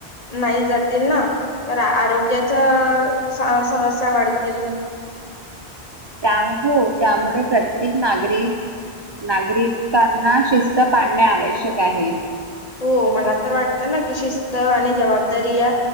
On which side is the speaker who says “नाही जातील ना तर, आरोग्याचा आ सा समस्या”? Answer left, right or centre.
Left